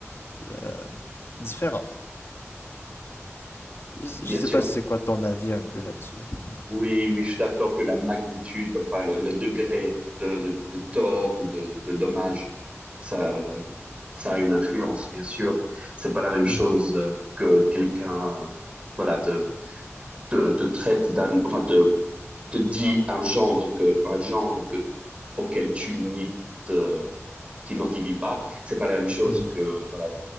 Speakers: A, on the left; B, on the right.
A: euh, différentes. Je
B: Bien
A: sais
B: sûr.
A: pas si c'est quoi ton avis un peu là-dessus. Ouais.
B: Oui, oui, je suis d'accord que la magnitude, enfin, le, le degré de, de, de tort ou de, de dommage, ça, ça a une influence, bien sûr. C'est pas la même chose
A: Mhm.
B: euh, que quelqu'un, euh, voilà, te, te, te traite d'un, enfin, te, te dit un genre que, un genre que, auquel tu n'y te, t'identifies pas. C'est pas la même chose
A: Mhm.
B: que voilà